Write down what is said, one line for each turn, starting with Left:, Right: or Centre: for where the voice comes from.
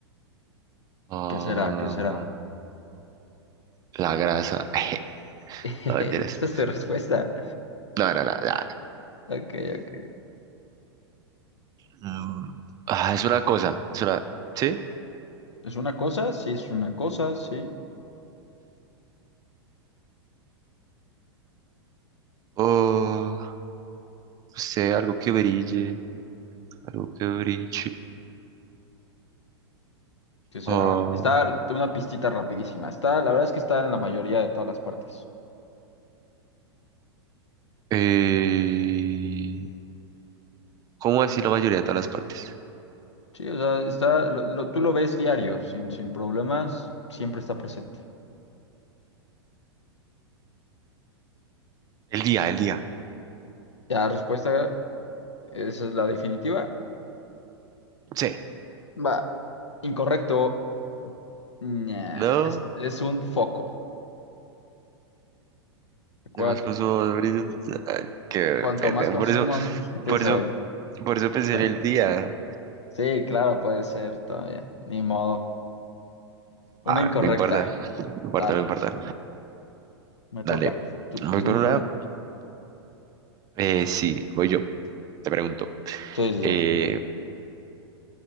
Right: ah.
Left: ¿Qué será? ¿Qué será?
Right: La grasa. <laughs>
Left: <laughs> Esa
Right: No, mentiras.
Left: es tu respuesta.
Right: No, no, no, no,
Left: Ok, ok.
Right: no. Mm, ah, es una cosa. Es una. ¿Sí?
Left: ¿Es una cosa? Sí, es una cosa, sí.
Right: O. no sé, algo que brille. Algo que brille.
Left: ¿Qué será?
Right: Ah,
Left: Está, tengo una pistita rapidísima. Está, la verdad es que está en la mayoría de todas las partes.
Right: eh, ¿Cómo así la mayoría de todas las partes?
Left: Sí, o sea, está, lo- lo- tú lo ves diario, sin, sin problemas, siempre está presente.
Right: El día, el día.
Left: Ya respuesta, esa es la definitiva.
Right: Sí.
Left: Va. Incorrecto. Ña,
Right: No.
Left: es, es un foco, acuérdate.
Right: Además, consumo más brillos. Ah, Qué
Left: eh, Cuanto
Right: pendejo.
Left: más consumo,
Right: Por eso,
Left: más <laughs> brillante
Right: por
Left: soy.
Right: eso, por eso pensé
Left: Exacto.
Right: en el día.
Left: Sí, claro, puede ser, está bien. Ni modo.
Right: Ah,
Left: Una incorrecta.
Right: no importa. No importa,
Left: Dale,
Right: no importa.
Left: me toca.
Right: Dale.
Left: Sí,
Right: Voy
Left: Es
Right: con
Left: mi
Right: una.
Left: turno.
Right: Eh, sí, voy yo. Te pregunto.
Left: Sí, sí,
Right: Eh,
Left: sí.